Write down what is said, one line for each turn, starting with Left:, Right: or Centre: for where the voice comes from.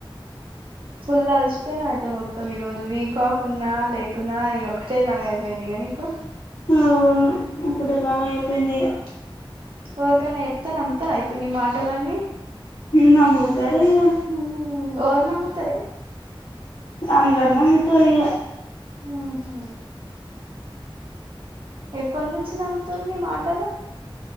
Right: ఫుల్ అలిసిపోయినవ్ అయితే మొత్తం ఈరోజ వీక్ ఆఫ్ ఉన్నా లేకున్నా ఇగ ఒకటే లాగ అయిపోయింది కదా నీకు
Left: అవును ఒక్కటే లాగా అయిపోయింది ఇగ
Right: ఒవరికనా చెప్తే నమ్ముతరా ఇప్పుడు నీ మాటలన్నీ
Left: నమ్ముతరిగా
Right: ఉహు ఎవరు నమ్ముతారే
Left: అందరు నమ్ముతరిగా
Right: మ్మ్ హూ ఎప్పటి నుంచి నమ్ముతరు నీ మాటలు